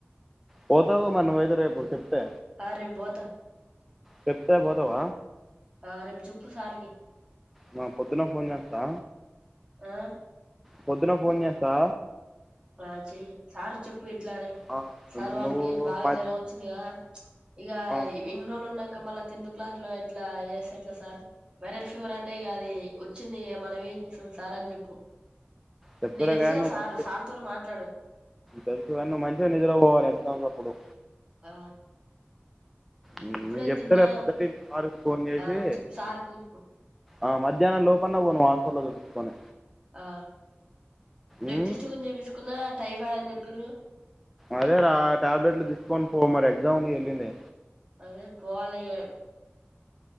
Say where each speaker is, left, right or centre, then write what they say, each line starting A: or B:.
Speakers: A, in the centre; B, on the right.
A: పోతావుగా మరి నువ్వుయితే రేపు చెప్తే
B: అ రేపూ పోత
A: చెప్తే బొతవ
B: ఆ రేపు జేప్పు సార్కి
A: మా పొద్దున్న ఫోన్ చేస్తా
B: ఆ
A: పొద్దున పోన్ చేస్తా
B: ఆ చెయ్యి సార్కి చెప్పు ఇట్లానే
A: ఆ,
B: సారు వానికి
A: నువ్వు
B: బాగా
A: మా-
B: జ్వరం వచ్చింది గా ఇంకా
A: ఆ,
B: ఇన్ని రోజులు ఉన్నంక మళ్ళా టెన్త్ క్లాస్ లో ఎట్లా చేస్తేట్లా సార్ వైరల్ ఫీవర్ అంటే ఇ అది వచ్చింది. మనం ఏం చేస్తాం సార్ అని చెప్పు
A: చెప్తులే
B: నీకు తెలుసుగా
A: కానీ నువ్వు
B: సార్
A: మంచి
B: సార్ తోని మాట్లాడు
A: తెలుసు గాని నువ్వు మంచిగా నిద్ర పోవాలి ఎక్జామ్స్ అప్పుడు
B: ఆ
A: ఉమ్,
B: ఇప్పుడే
A: నేను చెప్తలే
B: తిన్నా
A: పొద్దుటి సార్కి ఫోన్ చేసి
B: ఆ చెప్పు సార్కి చెప్పు
A: ఆ మధ్యాన్నం లోపన్న పో నువ్వు హాస్పిటల్ ల చూపిచ్చుకొని
B: ఆ బ్లడ్
A: ఉమ్
B: టెస్ట్ కూడా చేపిచ్చుకున్న టైఫాడ్ అని చెపిర్రు
A: అదే రా టాబ్లెట్లు తీసుకొని పో మరి ఎగ్జామ్ ఉంది గా ఎల్లుండే
B: అదే పోవాలీ ఇగా